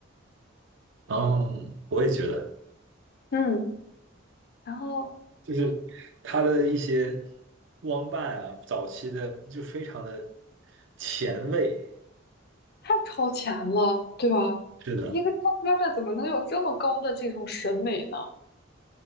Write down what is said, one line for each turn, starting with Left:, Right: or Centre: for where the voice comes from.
Right: 哦，我也觉得，
Left: 嗯，然后
Right: 就是他的一些光伴啊，早期的就非常的前卫。
Left: 太超前了，对吧？
Right: 是的，
Left: 一个唱歌的怎么能有这么高的这种审美呢？